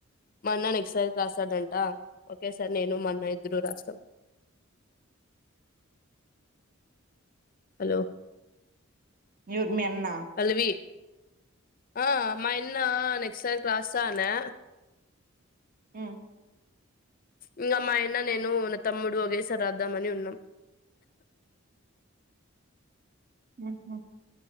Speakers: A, on the left; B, on the right.
A: మా అన్న నెక్స్ట్ సారి రాస్తాడంట ఒకేసారి నేను మా అన్న ఇద్దరు రాస్తాం హలో
B: యు మీ అన్న
A: పల్లవి ఆ మాయన్న నెక్స్ట్ సారి రాస్త అనా
B: ఉ
A: ఇంగా మాయన్న నేను నా తమ్ముడు ఒకేసారి రాద్దామని ఉన్నాం
B: ఉహు